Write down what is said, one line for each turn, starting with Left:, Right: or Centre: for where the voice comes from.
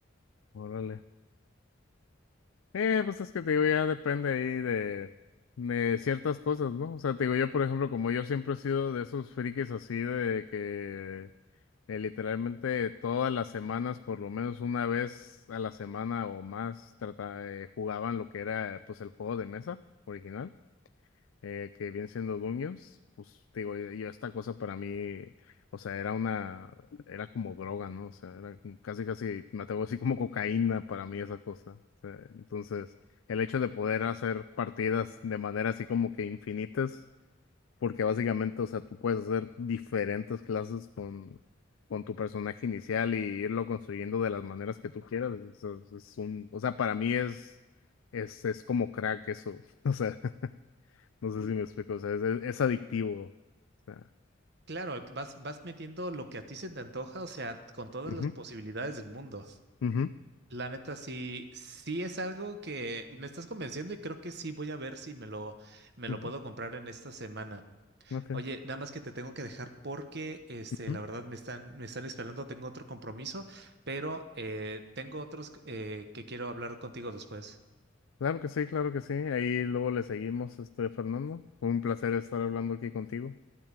Left: Órale. Eh, pues es que te digo, ya depende ahí de, de ciertas cosas, ¿no? O sea, te digo, yo, por ejemplo, como yo siempre he sido de esos frikis así de que eh, literalmente todas las semanas, por lo menos una vez a la semana o más, trata, eh, jugaban lo que era pues el juego de mesa original eh, que vienen siendo Dungeons, pues te digo, yo, yo esta cosa para mí, o sea, era una, era como droga, ¿no? O sea, era como- casi, casi, me atrevo así como cocaína para mí esa cosa. O sea, entonces, el hecho de poder hacer partidas de manera así como que infinitas, porque básicamente, o sea, tú puedes hacer diferentes clases con, con tu personaje inicial y irlo construyendo de las maneras que tú quieras. es es un, o sea, para mí es, es, es como crack eso. <laughs> O sea, no sé si me explico, o sea, es, es- es adictivo. O sea,
Right: Claro, vas, vas metiendo lo que a ti se te antoja, o sea, con todas
Left: ujú,
Right: las posibilidades del mundo.
Left: ujú,
Right: La neta, sí, sí es algo que me estás convenciendo y creo que sí voy a ver si me lo, me
Left: ujú,
Right: lo puedo comprar en esta semana.
Left: ok,
Right: Oye, nada más que te tengo que dejar porque, este,
Left: ujú.
Right: la verdad me están, me están esperando, tengo otro compromiso, pero eh, tengo otros eh, que quiero hablar contigo después.
Left: Claro que sí, claro que sí. Ahí luego le seguimos, este, Fernando. Fue un placer estar hablando aquí contigo.